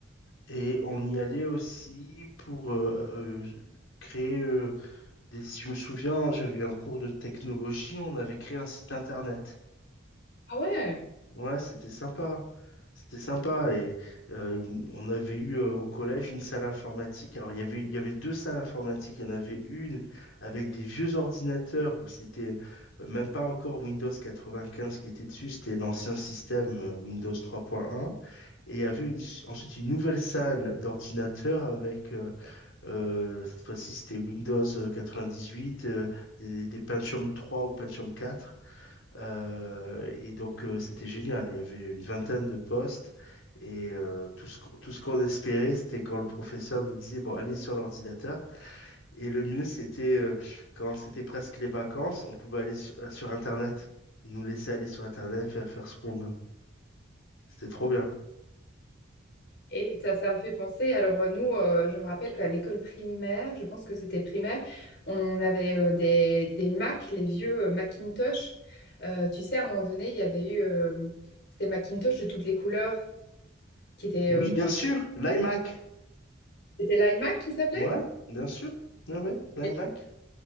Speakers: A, on the left (about 85°); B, on the left (about 55°).
A: et on y allait aussi pour euh, euh, créer euh, des... si Je me souviens, j'avais eu un cours de technologie, on avait créé un site internet.
B: Ah ouais.
A: Ouais, c'était sympa. C'était sympa. Et euh, il- on avait eu euh, au collège une salle informatique. Alors, il y avait, il y avait deux salles informatiques. Il y en avait une avec des vieux ordinateurs où c'était euh, même pas encore Windows 95 qui était dessus. C'était l'ancien système euh, Windows 3.1. Et il y avait une- ensuite une nouvelle salle d'ordinateurs avec, euh, euh, cette fois-ci, c'était Windows 98, euh, des, des Pentium 3 ou Pentium 4. Euh, et donc, euh, c'était génial. Il y avait une vingtaine de postes et euh, tout ce, qu'- tout ce qu'on espérait, c'était quand le professeur nous disait, bon, allez sur l'ordinateur. Et le mieux, c'était euh, quand c'était presque les vacances, on pouvait aller su- euh, sur, Internet. Ils nous laisser aller sur Internet, faire, faire ce qu'on veut. C'était trop bien.
B: Et ça, ça me fait penser, alors euh, nous, euh, je me rappelle qu'à l'école primaire, je pense que c'était primaire, on avait euh, des, des Mac, les vieux euh, Macintosh. Euh, tu sais, à un moment donné, il y avait eu, euh, c'était Macintosh de toutes les couleurs, qui était,
A: Oui,
B: euh, bon,
A: bien
B: assez-
A: sûr, l'iMac.
B: c'était l'iMac qui s'appelait?
A: Ouais, bien sûr. Oui, oui, l'iMac.
B: Les